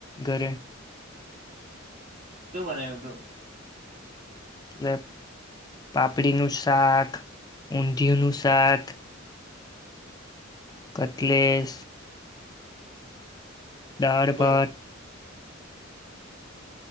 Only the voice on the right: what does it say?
શું બનાવ્યું તું?
બર